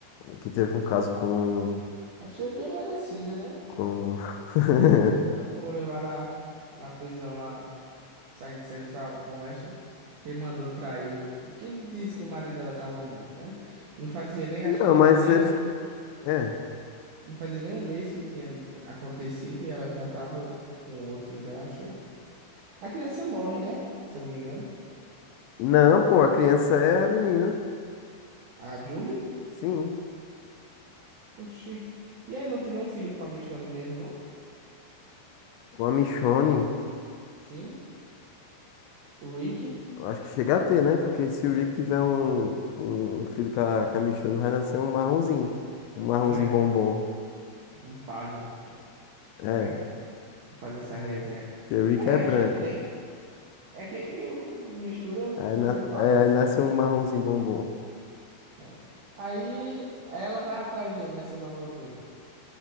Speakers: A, on the left; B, on the right.
A: que teve um caso com,
B: achei bem merecido, né?
A: com... <laughs>
B: Ela morreu lá na, na prisão, lá, saindo de sangue com a moléstia. Quem mandou trair? Quem disse que o marido dela tava morto, né? Não fazia nem,
A: Não,
B: acho que não fazia
A: mas
B: nem
A: eles...
B: um,
A: É.
B: não fazia nem um mês que tinha acontecido e ela já tava com outro, já acho. A criança morre, né? Se eu não me engano.
A: Não, pô, a criança é a menina.
B: A Julie.
A: Sim,
B: Oxi. E aí, ele não tem nenhum filho com a Michonne mesmo, não?
A: com a Michonne.
B: Sim. O Rick?
A: Eu Acho que chega a ter, né? Porque se o Rick tiver um, um, um filho com a, com a Michonne, vai nascer um marronzinho. Um marronzinho
B: É,
A: bombom.
B: um pássaro,
A: É,
B: né? Faz essa resenha.
A: porque o Rick
B: É,
A: é branco.
B: acho que tem. É que, que o o mistura fica
A: Aí, nas,
B: meio pardo
A: é,
B: assim.
A: aí nasce um marronzinho bombom.
B: É. Aí ela vai atrás dele nessa nova coisa.